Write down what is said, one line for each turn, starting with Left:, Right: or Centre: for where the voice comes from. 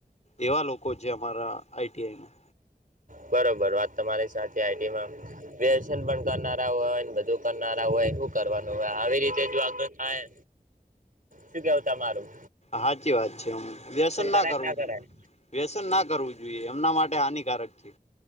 Left: એવા લોકો છે, અમારા આઈટીઆઈના.
Right: બરાબર વાત તમારી સાથે આઈટીમાં વ્યસન પણ કરનારા હોયને બધું કરનારા હોય શું કરવાનું હવે આવી રીતે જો આગળ થાય શું કેવ તમારું
Left: હાચી વાત છે હમ વ્યસન ના
Right: કરાય
Left: કરવું
Right: કે કરાય
Left: જોઈએ. વ્યસન ના કરવું જોઈએ એમના માટે હાનિકારક છે